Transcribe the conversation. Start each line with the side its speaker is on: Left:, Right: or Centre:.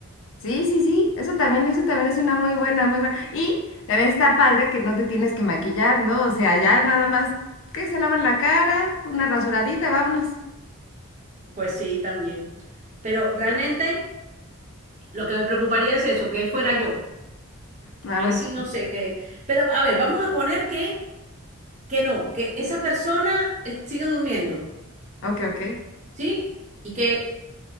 Left: Sí, sí, sí, eso también, eso también es una muy buena, muy buena. Y también está padre que no te tienes que maquillar, ¿no? O sea, ya nada más que se lavan la cara, una rasuradita, vámonos.
Right: Pues sí, también. Pero realmente lo que me preocuparía es eso, que él fuera yo.
Left: Ah,
Right: Ahí
Left: bueno.
Right: sí no sé qué. Pero a ver, vamos a poner que, que no, que esa persona eh, sigue durmiendo,
Left: Ok, ok.
Right: ¿sí? Y que